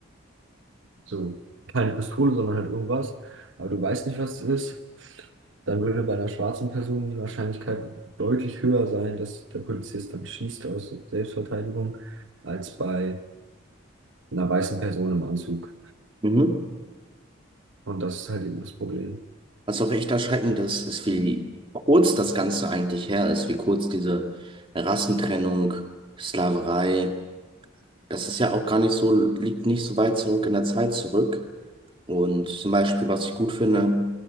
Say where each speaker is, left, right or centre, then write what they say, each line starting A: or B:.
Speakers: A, on the right (about 65°); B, on the right (about 25°).
A: so keine Pistole, sondern halt irgendwas, aber du weißt nicht, was es ist, dann würde bei einer schwarzen Person die Wahrscheinlichkeit deutlich höher sein, dass der Polizist dann schießt aus Selbstverteidigung, als bei einer weißen Person im Anzug.
B: Mhm.
A: Und das ist halt eben das Problem.
B: Was auch echt erschreckend ist, ist, wie kurz das Ganze eigentlich her ist, wie kurz diese Rassentrennung, Sklaverei, das ist ja auch gar nicht so, liegt nicht so weit zurück in der Zeit zurück. Und zum Beispiel, was ich gut finde,